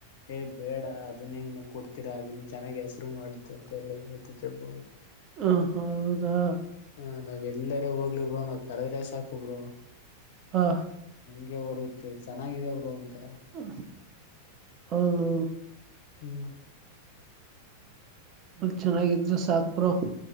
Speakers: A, on the left; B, on the right.
A: ಏ ಬೇಡ ಅದನ್ನ ಏನ್ ಕೊಡ್ತೀರಾ ಅದನ್ ಚೆನ್ನಾಗಿ ಹೆಸರು ಮಾಡುತ್ತೆ ಅಂತ ಎಲ್ಲ ಹೇಳ್ತ <unintelligible>
B: ಹ ಹೌದಾ.
A: ಹ ನಾವ್ ಎಲ್ಲರ ಹೋಗ್ಲಿ ಬ್ರೋ ನಾವ್ ಕರದ್ರೆ ಸಾಕು ಬ್ರೋ.
B: ಹಾ.
A: ಹಂಗೆ ಬರುತ್ತೆ ಚೆನ್ನಾಗಿದೆ ಬ್ರೋ. ಒಂತರ
B: ಹಾ ಹೌದು.
A: ಹ್ಮ್.
B: ಅವ್ರು ಚೆನ್ನಾಗಿದ್ರ ಸಾಕ ಬ್ರೋ.